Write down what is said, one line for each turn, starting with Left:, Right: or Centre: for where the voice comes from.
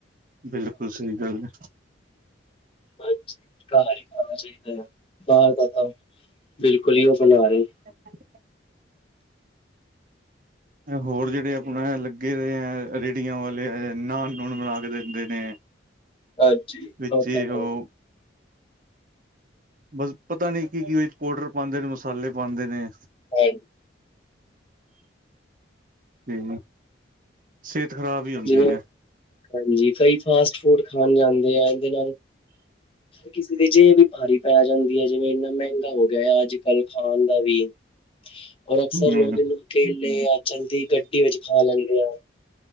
Right: ਬਿਲਕੁਲ ਸਹੀ ਗੱਲ ਹੈ
Left: ਹਾਂਜੀ, ਘਰ ਹੀ ਖਾਣਾ ਚਾਹੀਦਾ ਹੈ ਬਾਹਰ ਦਾ ਤਾਂ ਬਿਲਕੁਲ ਹੀ ਉਹ ਬਣਾ ਰਹੇ
Right: <inaudible> ਹੋਰ ਜਿਹੜੇ ਆਪਣਾ ਲੱਗੇ ਹੋਏ ਹੈ। ਰੇਹੜੀਆਂ ਵਾਲੇ ਆ ਇਨਾਂ ਲੂਣ ਮਿਲਾ ਕੇ ਦਿੰਦੇ ਨੇ
Left: ਹਾਂਜੀ
Right: ਵਿੱਚ
Left: ਉਹ ਤਾਂ ਹੈ।
Right: ਉਹ ਬਸ ਪਤਾ ਨੀ ਕੀ-ਕੀ ਪਾਊਡਰ ਪਾਉਂਦੇ ਨੇ, ਮਸਾਲੇ ਪਾਉਂਦੇ ਨੇ
Left: ਓਈਲ
Right: ਤੇ ਸਿਹਤ ਖ਼ਰਾਬ ਹੀ ਹੁੰਦੀ
Left: ਜਿਵੇਂ
Right: ਹੈ
Left: ਹਾਂਜੀ ਕਈ ਫਾਸਟ ਫੂਡ ਖਾਣ ਜਾਂਦੇ ਆ ਇਹਦੇ ਨਾਲ ਕਿਸੇ ਦੇ ਜੇਬ ਵੀ ਭਾਰੀ ਪੈ ਜਾਂਦੀ ਹੈ ਜਿਵੇਂ ਇੰਨਾ ਮਹਿੰਗਾ ਹੋ ਗਿਆ ਅੱਜ ਕੱਲ੍ਹ ਖਾਣ ਦਾ ਵੀ ਔਰ ਅਕਸਰ
Right: ਹਮ
Left: ਲੋਕ ਇਹਨੂੰ ਠੇਲੇ ਆ ਚਲਦੀ ਗੱਡੀ ਵਿੱਚ ਖਾ ਲੈਂਦੇ ਆ